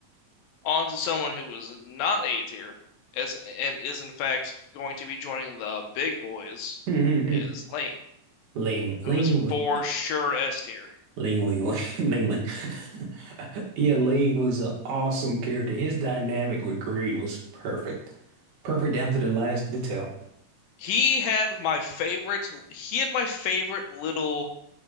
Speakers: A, on the left (about 80°); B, on the right (about 65°).
A: on to someone who was not A tier, as and is in fact going to be joining the big boys,
B: Mm-hmm. mm-hmm.
A: is Lane,
B: Ling,
A: who
B: Ling,
A: is
B: Ling,
A: for sure S tier.
B: Ling, Ling, <laughs> Ling, Ling. <laughs> Yeah, Ling was an awesome character. His dynamic with Greed was perfect, perfect down to the last detail.
A: He had my favorite. He had my favorite little